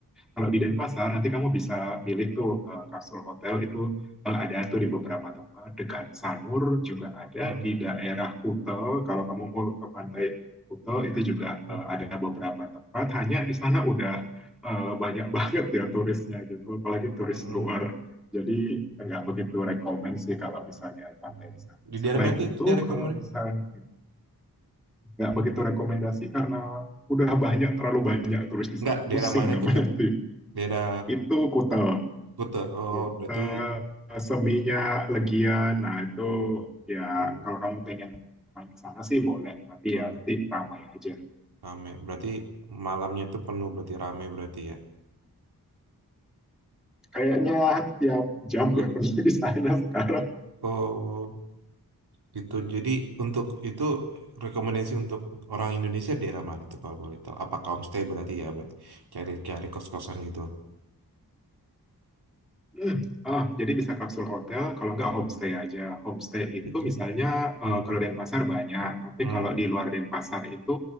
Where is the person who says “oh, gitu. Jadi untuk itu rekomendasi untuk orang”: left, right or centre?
Right